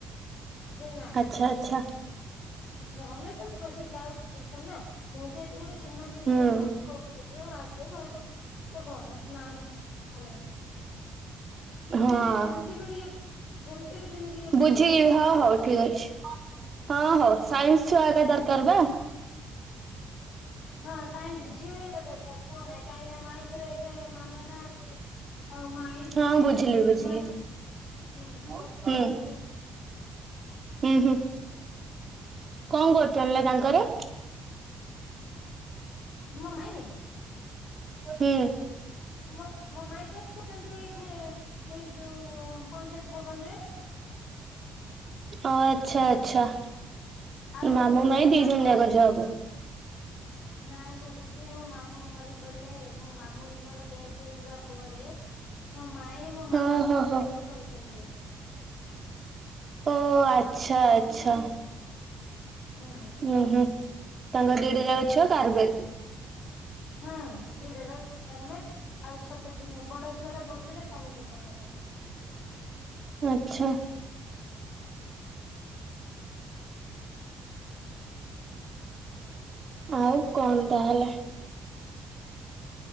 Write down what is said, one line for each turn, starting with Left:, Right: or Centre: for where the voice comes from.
Left: ଯେ ନା
Right: ଆଚ୍ଛା ଆଛା।
Left: ନହେଲେ ତ ମୁଁ କି ଯାଉଛି ଟୁସନ ନା ମୋ ଯେହେତୁ ଗୋଟେ ଚିହ୍ନା ଥିଲି
Right: ହୁଁ।
Left: ବୋଲି ମତେ କହୁଥିଲେ ଝିଅ ଆସେ ଘରକୁ ତ କଣ ନାଇଁ ନାଇଁ ଭଲ ନାହିଁ।
Right: ହଁ
Left: ଦିଦି ଯେମିତି ବି ଟିକେ ଯେମିତି ବି ଦିଦି ଟିକେ
Right: ବୁଝିଲି
Left: ବୁଝିଦବ ହଁ
Right: ହଉ
Left: ଟ୍ୟୁସନ୍।
Right: ଠିକ ଅଛି। ହଁ ହଉ ସାଇନ୍ସ ଛୁଆ ଆକା ଦରକାର ବା?
Left: ହଁ ସାଇନ୍ସ ଝିଅ ହେଇଥିବା ଦରକାର। ପୁଅ ମେଗାହିନ ମାଇ ଘରେ ଏବେ ମାମା ନାହାନ୍ତି ଆଉ ମା ଇ ଜଣେ
Right: ହଁ ବୁଝିଲି ବୁଝିଲି।
Left: ମାଇଁ ହୁଁ
Right: ହୁଁ
Left: ଅଫିସ ଆଇବେ।
Right: ହୁଁ ହୁଁ। କଣ କରୁଛନ୍ତି ଲୋ ତାଙ୍କର?
Left: ମୋ ମାଇଁ?
Right: ହୁଁ।
Left: ମୋ ମୋ ମାଇ ଜଗୁଛନ୍ତି ଏଇଠେ ଏଇ ଯୋଉ ପଞ୍ଚାୟତ ଭବନ ରେ
Right: ଓ ଆଚ୍ଛା ଆଛା
Left: ଆଉ
Right: ମାମୁଁ ମାଇ
Left: ତାଙ୍କର
Right: ଦିଜଣ ଯାକ ଜବ
Left: ନାଇଁଲୋ ଦିଦି ମୋ ମାମୁଁ ମରିଗଲେ ମୋ ମାମୁଁଙ୍କର ଡେଥ ହେଇଯିବା ପରେ ମୋ ମାଇ ମୋ
Right: ହଁ
Left: ମାମାଙ୍କର
Right: ହୋ ହୋ
Left: ଚାକିରି କରୁଛନ୍ତି।
Right: ଓ ଆଚ୍ଛା ଆଚ୍ଛା
Left: ହୁଁ
Right: ଉୁଁ ହୁଁ ତାଙ୍କର ଦିଟା ଯାକ ଚୁଆ ତାରବେ
Left: ହୁଁ ଦିଟା ଯାଉ କାର୍ମେଲ ଆଉ ଛୋଟ ଝିଅ ବଡ ଝିଅ ଟା ପଢୁଥିଲା ସ୍ଵାମୀ ଚିତାନନ୍ଦ
Right: ଆଛା ଆଉ କଣ ତାହେଲେ